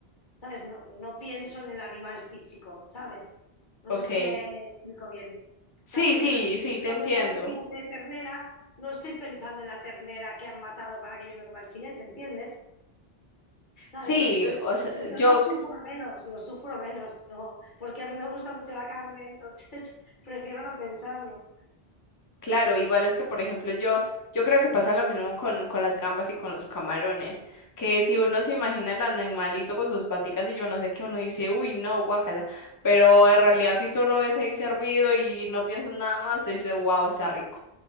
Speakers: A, on the left; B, on the left.
A: ¿Sabes? No, no pienso en el animal físico, ¿sabes? No
B: Ok.
A: sé si me explico bien. O
B: Sí,
A: sea, por
B: sí,
A: ejemplo, si me
B: sí,
A: estoy
B: te
A: comiendo
B: entiendo.
A: un filete de ternera, no estoy pensando en la ternera que han matado para que yo me coma el filete, ¿entiendes? ¿sabes?
B: Sí,
A: Entonces,
B: o sea,
A: entonces
B: yo,
A: lo sufro
B: c-
A: menos, lo sufro menos, ¿no? Porque a mí me gusta mucho la carne, entonces <laughs> prefiero no pensarlo.
B: claro, igual es que, por ejemplo, yo, yo creo que pasa lo mismo con, con las gambas y con los camarones, que si uno se imagina el animalito con sus paticas y yo no sé qué, uno dice, uy, no, guácala, pero en realidad si tú lo ves ahí servido y no piensas nada más, te dice, wow, está rico.